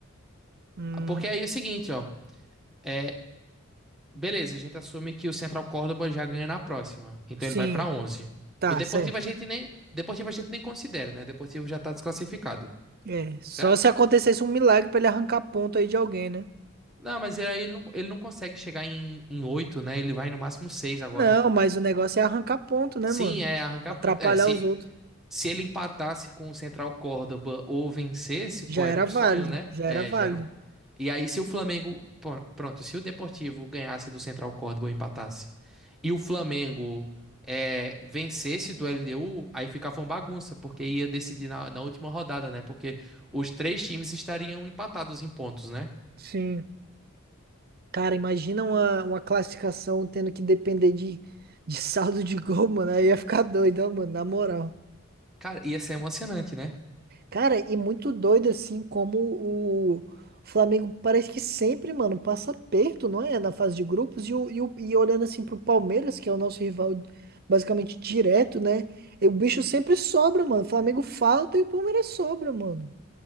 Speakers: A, on the right; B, in the centre.
A: Hum,
B: Porque aí é o seguinte, ó. É, beleza, a gente assume que o Central Córdoba já ganha na próxima. Então
A: sim.
B: ele vai pra 11.
A: Tá,
B: O Deportivo
A: certo.
B: a gente nem, Deportivo a gente nem considera, né? O Deportivo já tá desclassificado,
A: É, só
B: certo?
A: se acontecesse um milagre pra ele arrancar ponto aí de alguém, né?
B: Não, mas é, aí ele não, ele não consegue chegar em, em 8, né? Ele vai no máximo 6 agora.
A: Não, mas o negócio é arrancar ponto, né,
B: Sim,
A: mano?
B: é arrancar
A: Atrapalhar
B: ponto. É, se,
A: os outros.
B: se ele empatasse com o Central Córdoba ou vencesse,
A: Já
B: pô, era
A: era
B: um
A: válido,
B: sonho, né?
A: já era
B: É,
A: válido.
B: Geron. E aí, se o Flamengo. pô, Pronto, se o Deportivo ganhasse do Central Córdoba ou empatasse, e o Flamengo é, vencesse do LDU, aí ficava uma bagunça, porque ia decidir na, na última rodada, né? Porque os três times estariam empatados em pontos, né?
A: Sim. Cara, imagina uma, uma classificação tendo que depender de, de saldo de gol, mano. Aí ia ficar doido, ó, mano, na moral.
B: Cara, ia ser emocionante, né?
A: Cara, e muito doido assim como o Flamengo parece que sempre, mano, passa perto, não é? Na fase de grupos e, o, e, o- e olhando assim pro Palmeiras, que é o nosso rival basicamente direto, né? E o bicho sempre sobra, mano. O Flamengo falta e o Palmeiras sobra, mano.